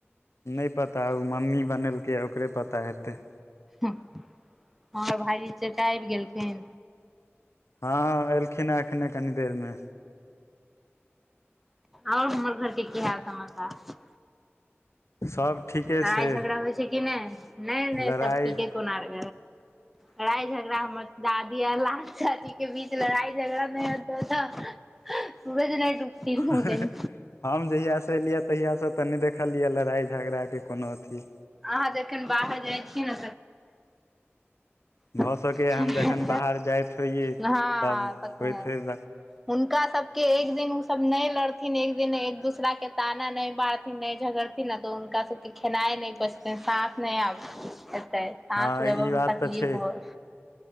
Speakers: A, on the left; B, in the centre.
A: नहि पता मम्मी बनेलकै ओकरे पता हेतै
B: हमर भाईजी छै तऽ आबि गेलखिन
A: हँ एलखिन हेँ एखने कनि देरमे
B: आओर हमर घरके की हाल समाचार
A: सब ठीके
B: लड़ाइ
A: छै
B: झगड़ा होइ छै कि नहि नहि नहि
A: लड़ाइ
B: सब ठीके कोनार लड़ाइ झगड़ा हम द लाल चाची के बीच लड़ाइ झगड़ा नहि होत तऽ डूबथिन
A: हम
B: उ दिन
A: जहियास से एलियै तहियासँ तऽ नहि देखल यऽ लड़ाइ झगड़ाके कोनो अथी
B: अहाँ जखन बाहर जाइ छियै ने तखन
A: भऽ सकैए हम
B: हेत
A: जखन बाहर जाइत होइयै
B: हँ
A: तब
B: तख
A: होइत
B: <unintelligible>
A: होय
B: हुनका सब के एक दिन उ सब न लड़थिन एक दिन एक दूसरा के ताना नहि बारथिन न झगड़थिन त हुनका सबके खेनाइ नहि पचतै साँस नहि आब एतै
A: हँ
B: साँस लेबऽमे
A: ई बात
B: तकलीफ
A: तऽ छै
B: होत